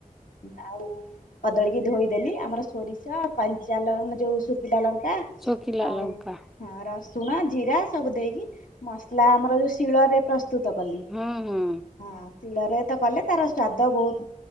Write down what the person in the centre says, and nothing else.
ଚୋକିଲା
ଲଙ୍କା।
ହୁଁ ହୁଁ